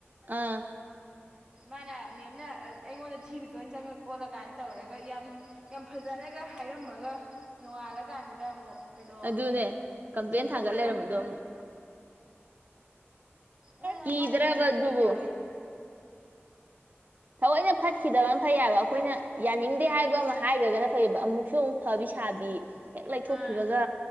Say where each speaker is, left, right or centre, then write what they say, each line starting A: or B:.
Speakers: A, on the right (about 40°); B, on the right (about 20°).
A: ꯑꯥ
B: ꯃꯥꯅ ꯃꯦꯝꯅ ꯑꯩꯉꯣꯟꯗ ꯊꯤꯔꯨꯁꯤ ꯆꯖꯣꯏ ꯆꯪꯉ ꯈꯣꯠꯂ ꯀꯥꯏꯅ ꯇꯧꯔꯒ ꯌꯥꯝ ꯌꯥꯝ ꯐꯖꯅꯒ ꯍꯥꯏꯔꯝꯃꯒ ꯅꯣꯡꯉꯥꯜꯂꯀꯥꯟꯗꯅ ꯑꯃꯨꯛ ꯀꯩꯅꯣ
A: ꯑꯗꯨꯅꯦ ꯀꯝꯄ꯭ꯂꯦꯟ
B: ꯁꯟꯇꯣꯛꯂꯔ
A: ꯊꯥꯡꯒꯠ ꯂꯩꯔꯝꯕꯗꯣ
B: ꯃꯤꯗꯣ
A: ꯑꯃꯨꯛ
B: ꯑ
A: ꯀꯤꯗ꯭ꯔꯕ
B: ꯃꯥꯏ ꯃꯑꯣꯡ
A: ꯑꯗꯨꯕꯨ
B: ꯀꯤ ꯍꯥꯏꯕ ꯑꯩꯗꯤ
A: ꯊꯑꯣꯏꯩꯅ ꯐꯠꯈꯤꯗꯕꯅ ꯐꯩ ꯍꯥꯏꯕ ꯑꯩꯈꯣꯏꯅ ꯌꯥꯅꯤꯡꯗꯦ ꯍꯥꯏꯕ ꯑꯃ ꯍꯥꯏꯈ꯭ꯔꯒꯅ ꯐꯩꯌꯦꯕ ꯑꯃꯨꯛ ꯐꯁ ꯑꯃꯨꯛ ꯐꯕꯤ ꯁꯥꯕꯤ ꯍꯦꯛ ꯂꯩꯊꯣꯛꯈꯤꯕꯒ
B: ꯑꯥ